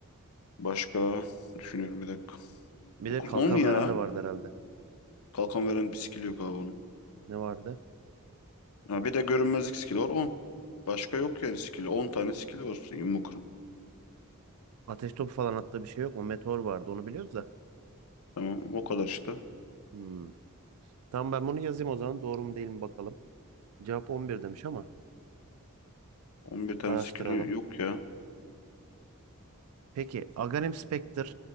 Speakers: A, on the left; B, on the right.
A: Başka düşünüyorum bir dakika.
B: Bir
A: dokuz
B: de kalkan
A: 10 ya.
B: veren de vardı herhalde.
A: Kalkan veren bir skill yok abi onun.
B: Ne vardı?
A: Ha, bir de görünmezlik skill'i var on Başka yok yani skill'i. on tane skill'i var Invoker'ın.
B: Ateş topu falan attığı bir şey yok mu? Meteor vardı. Onu biliyoruz da.
A: Tamam o kadar işte.
B: Hmm. Tamam ben bunu yazayım o zaman. Doğru mu değil mi bakalım. Cevap 11 demiş ama
A: on bir tane
B: araştıralım.
A: skill'i yok ya.
B: Peki Aghanim Spectre,